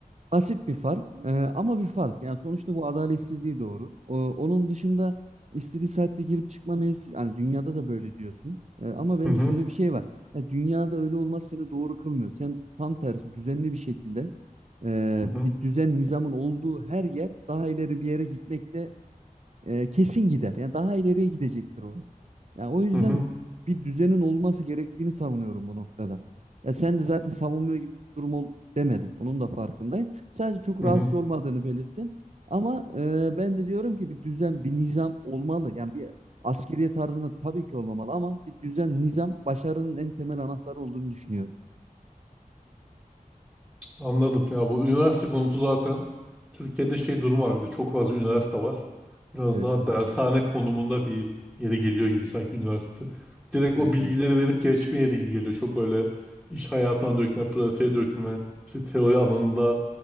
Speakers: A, on the right; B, in the centre.
A: Basit bir fark e, ama bir fark. Yani sonuçta bu adaletsizliği doğurur. O- onun dışında istediği saatte girip çıkma mevzusu yani dünyada da böyle diyorsun. E, ama bence
B: Hı
A: şöyle bir şey var. Ya dünyada öyle olmaz seni doğru kılmıyor. Sen tam tersi düzenli bir şekilde e,
B: hı.
A: bir düzen nizamın olduğu her yer daha ileri bir yere gitmekte e, kesin gider. Yani daha ileriye gidecektir o. Yani o yüzden
B: Hı hı. Hı hı.
A: bir düzenin olması gerektiğini savunuyorum bu noktada. Ya sen de zaten savunmuyor gibi bir durum ol demedin. Onun da farkındayım. Sadece çok
B: Hı
A: rahatsız
B: hı.
A: olmadığını belirttin. Ama e, ben de diyorum ki bir düzen, bir nizam olmalı. Yani bir askeriye tarzında tabii ki olmamalı ama bir düzen, nizam başarının en temel anahtarı olduğunu düşünüyorum.
B: Anladım ya bu üniversite konusu zaten Türkiye'de şey durum var bir de çok fazla üniversite var. Biraz
A: Evet.
B: daha dershane konumunda bir yere geliyor gibi sanki üniversite. Direkt
A: Evet,
B: o bilgileri
A: evet.
B: verip geçme yeri gibi geliyor. Çok öyle iş hayatına dökme, pratiğe dökme, işte teori alanında